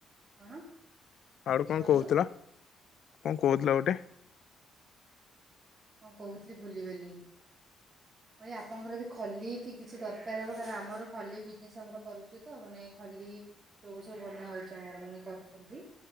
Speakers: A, on the right; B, on the left.
A: କଣ?
B: ଆଡୁ କଣ
A: କୁହନ୍ତୁ
B: କହୁଥିଲ? କଣ କହୁଥିଲ ଗୋଟେ
A: କଣ କହୁଥିଲି ଭୁଲିଗଲା। ଆପଣଙ୍କର ଯଦି ଖଲି କି କିଛି ଦରକାର ହବ କାରଣ ଆମର ଖଲି ବିଜନେସ ଆମର କରୁଛୁ। ତ ମାନେ ଖାଲି ଚୋବ ସବୁ ବନା ହଉଛି ଆମର ମାନେ କରୁଛନ୍ତି।